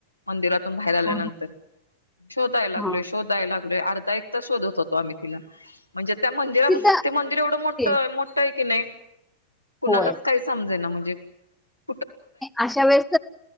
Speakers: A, on the left (about 85°); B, in the centre.
A: मंदिरात बाहेर आल्यानंतर
B: हा
A: शोधाय लागलो
B: हा
A: शोधाय लागल पुे अर्धा एक शोधत होतो आम्ही तिला म्हणजे त्या मंदिरास
B: तिथं
A: ते मंदिर एवढं मोठं
B: ते
A: मोठं क नाही कुणालाच
B: होय
A: काय समजे ना म्हणजे एक
B: अशा वेळेस